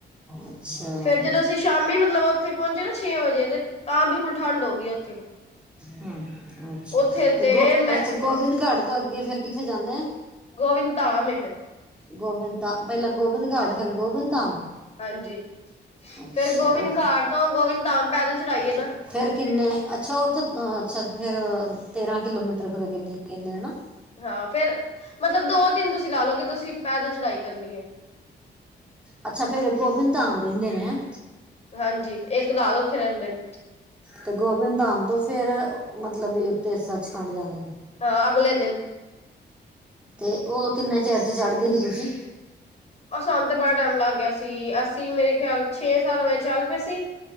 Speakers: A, in the centre; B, on the left.
A: ਅੱਛਾ
B: ਫੇਰ ਜਦੋਂ ਅਸੀਂ ਸ਼ਾਮੀ ਮਤਲਬ ਓਥੇ ਪਹੁੰਚੇ ਨਾ ਛੇ ਵਜੇ ਤੇ ਤਾਂ ਬਿਲਕੁਲ ਠੰਢ ਹੋ ਗਈ ਓਥੇ।
A: ਹੂੰ, ਅੱਛਾ!
B: ਉੱਥੇ
A: ਤੇ ਗੋ-
B: ਮੈਂ
A: ਅਛ ਗੋਬਿੰਦ ਘਾਟ ਤੋਂ ਅੱਗੇ ਫੇਰ ਕਿੱਥੇ ਜਾਂਨੇ ਆ?
B: ਗੋਵਿੰਦ ਧਾਮ ਏ ਫੇਰ।
A: ਗੋਬਿੰਦ ਤਾਂ ਪਹਿਲਾਂ ਗੋਬਿੰਦ ਘਾਟ ਫੇਰ ਗੋਬਿੰਦ ਧਾਮ।
B: ਹਾਂਜੀ,
A: ਅੱਛਾ
B: ਫੇਰ ਗੋਵਿਨ
A: ਉਹ
B: ਘਾਟ ਤੋਂ ਗੋਵਿਨ ਧਾਮ ਪੈਦਲ ਚੜਾਈ ਏ
A: ਫਿਰ-
B: ਨਾ।
A: ਫਿਰ ਕਿੰਨੇ ਅੱਛਾ ਉੱਥੇ-ਅੱਛਾ ਫਿਰ ਤੇਰ੍ਹਾਂ ਕਿਲੋਮੀਟਰ ਫਿਰ ਅੱਗੇ ਗਿਨਦੇ ਹੈਨਾ।
B: ਹਾਂ ਫੇਰ, ਮਤਲਬ ਦੋ ਦਿਨ ਤੁਸੀਂ ਲਾ ਲੋ ਕਿ ਤੁਸੀਂ ਪੈਦਲ ਚੜਾਈ ਕਰਨੀ ਏ।
A: ਅੱਛਾ ਫੇਰ ਗੋਬਿੰਦ ਧਾਮ ਰਹਿੰਦੇ ਨੇ ਹੈਂ।
B: ਹਾਂਜੀ ਏਕ ਰਾਤ ਉੱਥੇ ਰੈਂਦੇਨ।
A: ਤੇ ਗੋਬਿੰਦ ਧਾਮ ਤੋਂ ਫੇਰ ਮਤਲਬ ਵੀ ਉਤੇ ਸੱਚਖੰਡ ਜਾਂਦੇ ਨੇ।
B: ਹਾਂ ਅਗਲੇ ਦਿਨ।
A: ਤੇ ਓ ਕਿੰਨੇ ਚਿਰ ਚ ਚੜ੍ਹਗੇ ਸੀ ਤੁਸੀਂ?
B: ਓ ਸਾਨ ਤੇ ਬੜਾ ਟੈਮ ਲੱਗ ਗਿਆ ਸੀ ਅਸੀਂ ਮੇਰੇ ਖਿਆਲ ਛੇ, ਸਤ ਵਜੇ ਚੱਲ ਪੇ ਸੀ।